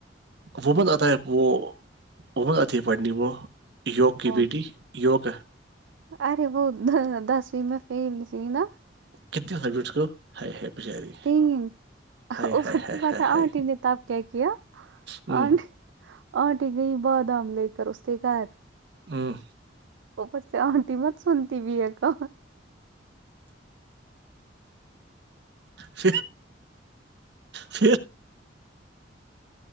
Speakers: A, on the right; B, on the right.
A: وومن آتا ہے وہ وومن آتی ہے پڑھنی وہ یوگ کی
B: کون
A: بیٹی یوگک ہے
B: ارے وہ دسویں میں فیل س نا
A: کتنے ہو فیریٹس کو ہ ہے بچاری
B: تین
A: ہائے
B: اوپر
A: ہائے ہائے
B: سے پت
A: ہائے ہائے
B: آنٹی نے تپ کیا کیا
A: ہوں
B: آٹی آنٹی گئی بادام لے کر اس کے گھر
A: ہوں
B: اوپر سے آنٹی مت سنتی بھی ہے کہ
A: ش ش